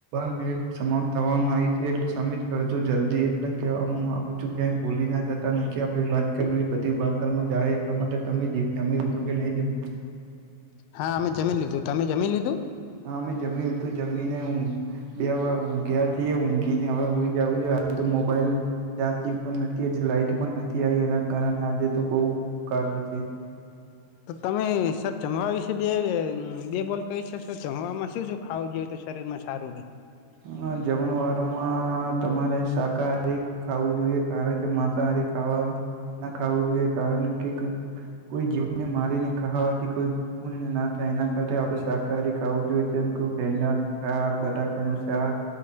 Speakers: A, on the right; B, on the left.
A: મેળ સ થવામાં આવી છે એટલી કરું જલ્દી એટલે કહેવા માગુ છું ક્યાંક ભૂલી ના જતા નકી આપડી વાત બધી બાતાલમાં જ એટલા માટે તમે જમી લીધું કે નહી જમી?
B: હા અમે જમીન લીધું, તમે જમીન લીધું?
A: હા અમે જમી હતું જમીને હું બે વાર ઊંઘ્યા છીએ, ઊંઘીને હવે હુઈ જવું છે. આ તો મોબાઈલ ચાર્જિંગ પણ નથી લાઈટ પણ નથી આવી એના કારણે આજે તો બહુ કાર છે.
B: તો તમે સર જમવા વિશે બે વિડિઓ કોલ કરી શકશો છે સર જમમાં શું શું ખાવું જોઈએ તો શરીર માં સારું રહે.
A: હ જમણ વારોમાં તમારે શાકાહારી ખાવું જોઈએ કારણ કે માંસાહારી ખાવા ના ખું જોઈએ કારણ કે કોઈ જીવનને મારીને ખાવાથી કોઈ <inaudible> ના થાય એના કર આપણે શાકાહારી ખાવું જોઈએ કેમકે <inaudible> બટાકાનું ત્યા